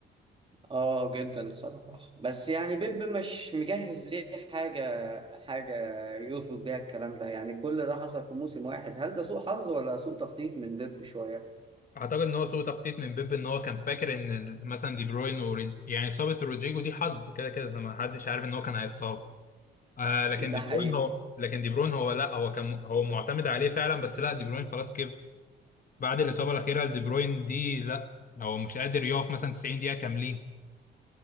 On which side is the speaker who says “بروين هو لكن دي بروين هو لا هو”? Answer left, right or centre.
Left